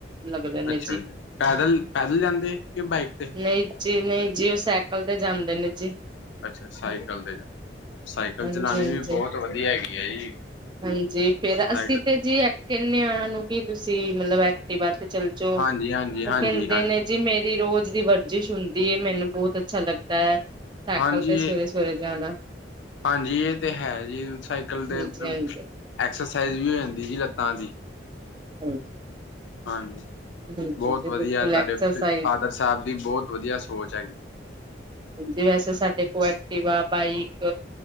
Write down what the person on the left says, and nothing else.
ਅੱਛਾ ਜੀ, ਪੈਦਲ ਪੈਦਲ ਜਾਂਦੇ, ਕਿ ਬਾਈਕ ਤੇ
ਅੱਛਾ, ਸਾਈਕਲ ਤੇ, ਸਾਈਕਲ
ਚਲਾਣੀ
ਵੀ ਬਹੁਤ ਵਧੀਆ ਹੈਗੀ ਐ ਜੀ
ਸਾਈਕਲ
ਹਾਂਜੀ ਹਾਂਜੀ ਹਾਂਜੀ
ਹਾਂਜੀ
ਹਾਂਜੀ
ਹਾਂਜੀ ਇਹ ਤੇ ਹੈ ਜੀ, ਸਾਈਕਲ
ਤੇ
ਐਕਸਰਸਾਈਜ਼ ਵੀ ਹੋ ਜਾਂਦੀ ਜੀ ਲੱਤਾਂ ਦੀ
ਹਾਂਜੀ
ਬਹੁਤ
ਵਧੀਆ
ਤੁਹਾਡੇ
ਫ ਫਾਦਰ ਸਾਹਿਬ ਦੀ, ਬਹੁਤ ਵਧੀਆ ਸੋਚ ਹੈਗੀ